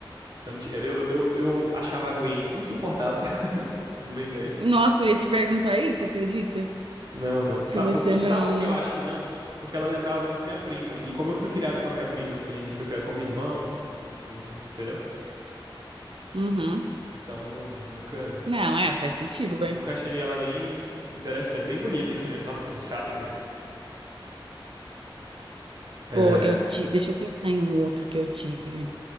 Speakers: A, on the right (about 45°); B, on the right (about 75°).
A: Eu, não tinha- eu, eu, eu achava a Gwen insuportável <laughs> do Ben dez
B: Nossa, eu ia te perguntar isso, acredita?
A: Não, não.
B: Se
A: Sabe
B: você
A: por quê?
B: não.
A: Sabe por que eu acho que não? Porque ela lembrava muito minha prima. E como eu fui criado com a minha prima, assim, a gente foi criado como irmão, não- não- entendeu?
B: Uhum.
A: Então, não, nunca,
B: Não, é, faz sentido,
A: nunca achei ela nem interessante, nem bonita, assim. né? Nossa, chata demais. É.
B: Pô, eu ti... deixa eu pensar em um outro que eu tive